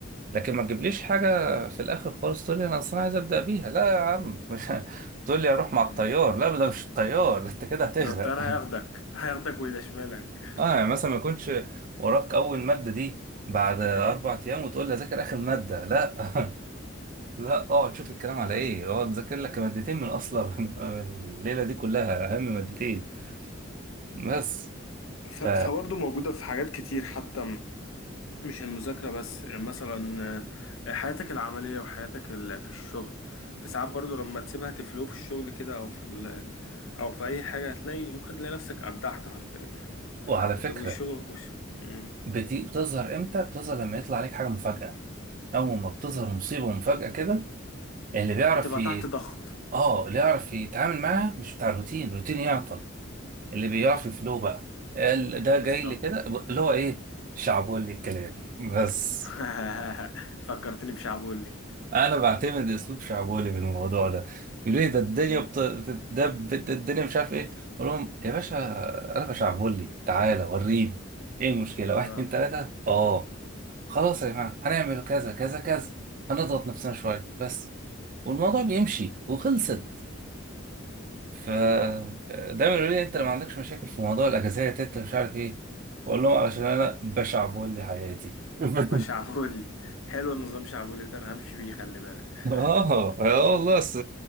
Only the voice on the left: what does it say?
<laughs>
ده الطيار
هياخدك هياخدك ويدشملك <laughs>
امم
ف-
فبرضه موجودة في حاجات كتير حتى مش المذاكرة بس يعني مثلا آه، حياتك العملية وحياتك ال- في الشغل في ساعات برضو لما تسيبها تفلو في الشغل كده أو في ال... أو في أي حاجة هتلاقي ممكن تلاقي نفسك أبدعت حرفيا
و-
والشغل وش... مم.
وتبقى
تحت ضغط
بالظبط
<laughs> فكرتني بشعبولي
مم.
اه
امم
بشعبولي حلو النظام شعبولي ده أنا همشي بيه خلي بالك
<laughs>